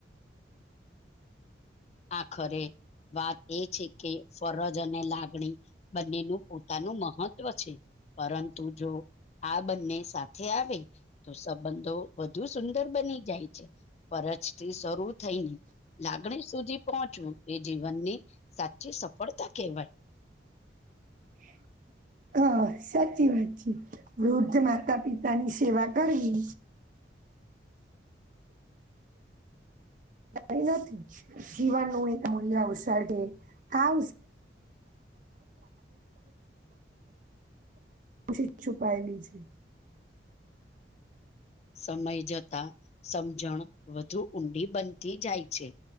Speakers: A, on the left (about 35°); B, on the right (about 45°).
A: આખરે વાત એ છે કે ફરજ અને લાગણી બંનેનું પોતાનું મહત્વ છે પરંતુ જો આ બંને સાથે આવે તો સંબંધો વધુ સુંદર બની જાય છે ફરજથી શરૂ થઈને લાગણી સુધી પહોંચવું એ જીવનની સાચી સફળતા કહેવાય.
B: <inaudible> હ સાચી વાત છે વૃદ્ધ માતા પિતાની સેવા કરવી. નથી જીવનનું એક મૂલ્ય અવસરે આ ખુશી છુપાયેલી છે.
A: સમય જતા સમજણ વધુ ઊંડી બનતી જાય છે